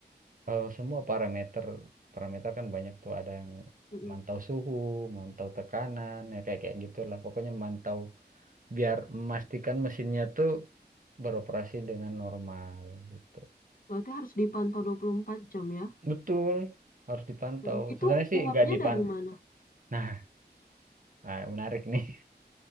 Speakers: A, on the right (about 50°); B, on the left (about 55°).
A: eh, semua parameter parameter kan banyak tuh ada yang
B: Heeh.
A: mantau suhu mantau tekanan ya kayak kayak gitulah pokoknya mantau biar memastikan mesinnya tuh beroperasi dengan normal gitu
B: Berarti harus dipantau 24 jam ya.
A: betul harus dipantau
B: Heeh. Itu
A: sebenarnya sih
B: uapnya
A: nggak dipantau
B: dari mana? <laughs>
A: nah ah, menarik nih